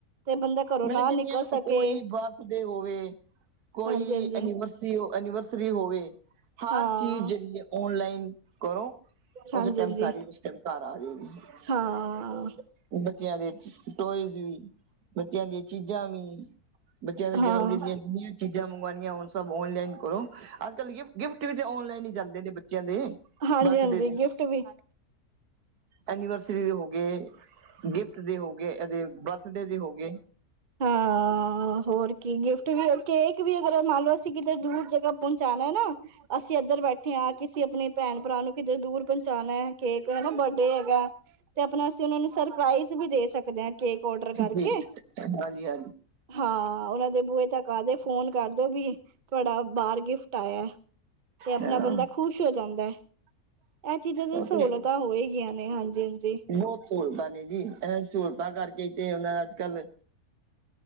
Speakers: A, on the right; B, on the right.
A: ਤੇ ਬੰਦਾ ਘਰੋਂ
B: ਮੈਂ
A: ਨਾ
B: ਕਹਿੰਦੀ
A: ਨਿਕਲ
B: ਹ
A: ਸਕੇ
B: ਕੋਈ ਬਰਥਡੇ ਹੋਵੇ, ਕੋਈ
A: ਹਾਂਜੀ ਹਾਂਜੀ
B: ਐਨੀਵਰਸਰੀ ਐਨੀਵਰਸਰੀ ਹੋਵੇ, ਹਰ
A: ਹਾਂ
B: ਚੀਜ਼ ਜਿਹੜੀ ਹੈ ਔਨਲਾਈਨ ਕਰੋ
A: ਹਾਂਜੀ
B: ਉਸ ਟਾਈਮ
A: ਹਾਂਜੀ
B: ਸਾਰੀ ਉਸ ਟਾਈਮ ਘਰ ਆ ਜਾਏਗੀ
A: ਹਾਂ
B: ਔ ਬੱਚਿਆਂ ਦੇ ਟੋਏਜ਼ ਵੀ ਬੱਚਿਆਂ ਦੀਆਂ ਚੀਜ਼ਾਂ ਵੀ, ਬੱਚਿਆਂ ਦੇ ਜਨਮ
A: ਹਾਂ
B: ਦਿਨ ਦੀਆਂ ਦੁਨੀਆਂ ਚੀਜ਼ਾਂ ਮੰਗਉਣੀਆਂ ਹੋਣ, ਉਹੁ ਸਬ ਔਨਲਾਈਨ ਕਰੋ ਅੱਜ ਕਲ ਗਿਫਟ ਗਿਫਟ ਵੀ ਤੇ ਔਨਲਾਈਨ ਹੀ ਜਾਂਦੇ ਨੇ ਬੱਚਿਆਂ ਦੇ
A: ਹਾਂਜੀ
B: ਬਰ੍ਥਡੇ
A: ਹਾਂਜੀ
B: ਤੇ
A: ਗਿਫਟ ਵੀ
B: ਐਨੀਵਰਸਰੀ ਦੇ ਹੋ ਗਏ ਗਿਫਟ ਦੇ ਹੋ ਗਏ, ਐ ਦੇ ਬਰਥਡੇ ਦੇ ਹੋ ਗਏ ਗੇ
A: ਹਾਂ ਹੋਰ ਕੀ ਗਿਫਟ ਵੀ ਕੇਕ ਵੀ ਅਗਰ ਮੰਨ ਲਓ ਅਸੀਂ ਕਿਤੇ ਦੂਰ ਜਗ੍ਹਾ ਪਹੁੰਚਾਉਣਾ ਨਾ ਅਸੀਂ ਇੱਧਰ ਬੈਠੇ ਹਾਂ ਕਿਸੇ ਆਪਣੇ ਭੈਣ ਭਰਾ ਨੂੰ ਕਿਧਰ ਦੂਰ ਪਹੁੰਚਾਉਣਾ ਹੈ ਕੇਕ ਹਨਾ ਬਰਡੇ ਹੈਗਾ ਤੇ ਆਪਣਾ ਅਸੀਂ ਉਹਨਾ ਨੂੰ ਸਰਪ੍ਰਾਈਜ਼ ਵੀ ਦੇ ਸਕਦੇ ਹਾਂ ਕੇਕ ਔਡਰ ਕਰਕੇ
B: ਜੀ ਹਾਂਜੀ ਹਾਂਜੀ
A: ਹਾਂ ਉਹਨਾਂ ਦੇ ਬੂਹੇ ਤਕ ਆ ਕੇ ਫੋਨ ਕਰਦੋ ਵੀ ਤੁਹਾਡਾ ਬਾਹਰ ਗਿਫਟ ਆਇਆ ਏ ਤੇ ਆਪਣਾ
B: ਹਾਂ
A: ਬੰਦਾ ਖੁਸ਼ ਹੋ ਜਾਂਦਾ ਹੈ ਇਹ ਚੀਜ਼ਾਂ ਦੀ
B: ਉਹ ਤੇ
A: ਸਹੂਲਤਾਂ ਹੋ ਹੀ ਗਈਆਂ ਨੇ ਹਾਂਜੀ ਹਾਂਜੀ
B: ਬਹੁਤ ਸਹੂਲਤਾਂ ਨੇ ਜੀ ਅ ਸਹੂਲਤਾਂ ਕਰਕੇ ਤੇ ਉਨਾਂ ਅੱਜ ਕੱਲ